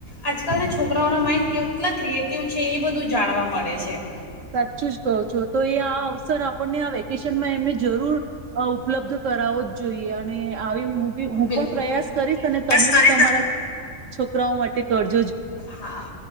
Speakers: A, on the left; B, on the right.
A: આજકાલના છોકરાઓના માઇન્ડ કેટલા ક્રિએટિવ છે એ બધું જાણવા મ મળે છે.
B: સાચું જ કહો છો તો એ આ અવસર આપણને આ વેકેશનમાં એમને જરૂર ઉપલબ્ધ. કરાવો જ જોઈએ અને આવી હ હું
A: બિલકુલ
B: પણ પ્રયાસ કરીશ અને
A: બસ
B: તમે
A: કરીશ
B: બી તમારા. છોકરાઓ માટે કરજ
A: હા,